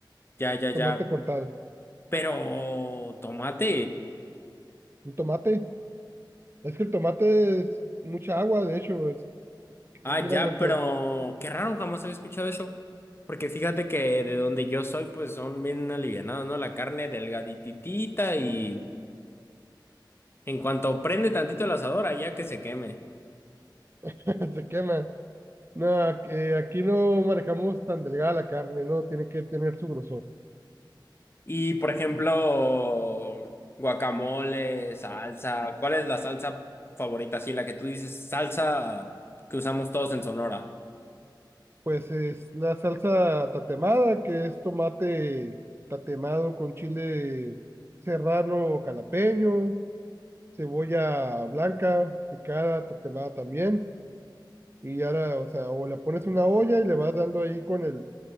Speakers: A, on the left; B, on the right.
A: Ya, ya,
B: tomate
A: ya.
B: cortado.
A: Pero, tomate.
B: Un tomate, es que el tomate es mucha agua, de hecho, es,
A: Ah,
B: es
A: ya,
B: una gran
A: pero
B: cantidad,
A: qué raro, jamás había escuchado eso. Porque fíjate que de donde yo soy, pues son bien alivianadas, ¿no? La carne delgadititita y en cuanto prende tantito el asador, allá que se queme.
B: <laughs> se quema. Nada, eh, aquí no manejamos tan delgada la carne, ¿no? Tiene que tener su grosor.
A: Y por ejemplo, guacamole, salsa. ¿Cuál es la salsa favorita? Sí, la que tú dices, salsa que usamos todos en Sonora.
B: Pues es la salsa tatemada, que es tomate tatemado con chile serrano o calapeño, cebolla blanca picada, tatemada también. Y ahora o sea, o la pones en una olla y le vas dando ahí con el,